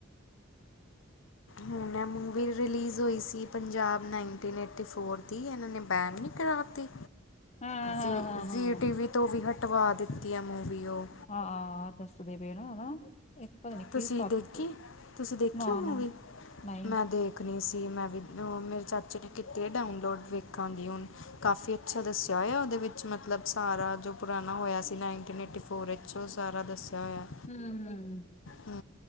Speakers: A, on the left; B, on the left.
A: ਹੁਣ ਐ ਮੂਵੀ ਰੀ ਰਿਲੀਜ਼ ਹੋਈ ਸੀ ਪੰਜਾਬ ਨਾਈਨਟੀਨ ਏਟੀ ਫੋਰ ਦੀ ਇਹਨਾਂ ਨੇ ਬੈਨ ਨਹੀਂ ਕਰਾ ਤੀ।
B: ਹਾਂ-ਹਾਂ-ਹਾਂ-ਹਾਂ
A: ਜ਼ੀ ਜ਼ੀ ਟੀਵੀ ਤੋਂ ਵੀ ਹਟਵਾ ਦਿੱਤੀ ਐ ਮੂਵੀ ਉਹ।
B: ਹਾਂ, ਦੱਸਦੇ ਪੈਣ ਹਨਾ। ਇੱਕ ਪਤਾ ਨੀ ਕੀ
A: ਤੁਸੀਂ
B: ਸੱਤ
A: ਦੇਖੀ, ਤੁਸੀਂ ਦੇਖਿ
B: ਨਾ
A: ਓ ਮੂਵੀ,
B: ਨਾ ਨਹੀਂ
A: ਮੈਂ ਦੇਖ ਖਣੀ ਸੀ ਮੈਂ ਵੀ, ਮੇਰੇ ਚਾਚੇ ਨੇ ਕੀਤੀ ਏ ਡਾਊਨਲੋਡ ਵੇਖਾਂ ਗੀ ਹੁਣ ਕਾਫੀ ਅੱਛਾ ਦੱਸਿਆ ਹੋਇਆ ਉਹਦੇ ਵਿੱਚ ਮਤਲਬ ਸਾਰਾ ਜੋ ਪੁਰਾਣਾ ਹੋਇਆ। ਸੀਂ ਨਾਈਨਟੀਨ ਏਟੀ ਫੋਰ ਈ ਚ ਉਹ ਸਾਰਾ ਦੱਸਿਆ ਹੋਇਆ।
B: ਹੁੰ।
A: ਹੁੰ।